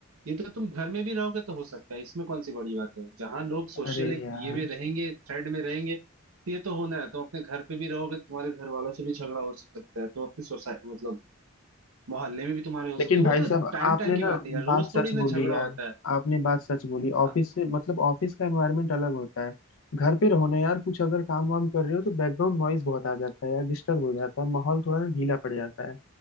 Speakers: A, on the right; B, on the left.
A: ये तो तुम घर में भी रहोगे तो हो सकता है इसमें कौन सी बड़ी बात है जहां लोग सोशल
B: अरे
A: एक
B: यार
A: ये में रहेंगे थ्रेड में रहेंगे तो ये तो होना है तुम अपने घर पे भी रहोगे तुम्हारे घर वालों से भी झगड़ा हो सकता है तुम अपने सोसाइटी मतलब मोहल्ले में भी तुम्हारे हो सकते
B: लेकिन
A: हैं
B: भाई
A: वो तो
B: साहब
A: टाइम
B: आपने
A: टाइम की
B: ना
A: बात है यार रोज
B: बात सच
A: थोड़ी ना
B: बोली
A: झगड़ा
B: यार
A: होता है
B: आपने बात सच बोली
A: हाँ।
B: ऑफिस से मतलब ऑफिस का एनवायरनमेंट अलग होता है घर पे रहो ना यार कुछ अगर काम वाम कर रहे हो तो बैकग्राउंड नॉइज बहुत आ जाता है यार डिस्टर्ब हो जाता है माहौल थोड़ा ना ढीला पड़ जाता है